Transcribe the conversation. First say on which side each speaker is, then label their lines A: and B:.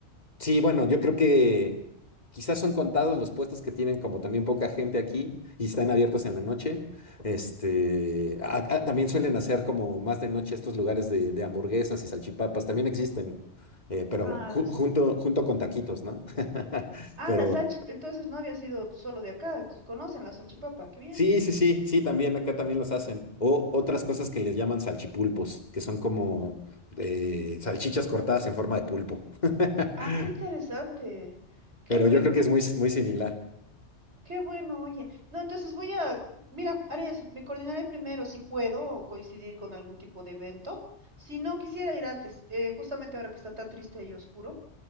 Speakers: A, on the left; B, on the right.
A: Sí, bueno, yo creo que quizás son contados los puestos que tienen como también poca gente aquí y están abiertos en la noche. Este, a- a- también suelen hacer como más de noche estos lugares de, de hamburguesas y salchipapas, también existen, eh, pero
B: Ah,
A: ju-
B: las,
A: junto, junto con taquitos, ¿no? <laughs>
B: ah,
A: Pero
B: las salchip- entonces no había sido solo de acá, entonces conocen la salchipapa, qué bien.
A: sí, sí, sí, sí, también acá también los hacen. O otras cosas que les llaman salchipulpos, que son como eh, salchichas cortadas en forma de pulpo. <laughs>
B: Ah, qué interesante, qué
A: Pero
B: rico.
A: yo creo que es muy, muy similar.
B: Qué bueno, oye. No, entonces voy a, mira, haré eso. Me coordinaré primero si puedo o coincidir con algún tipo de evento. Si no, quisiera ir antes, eh, justamente ahora que está tan triste y oscuro.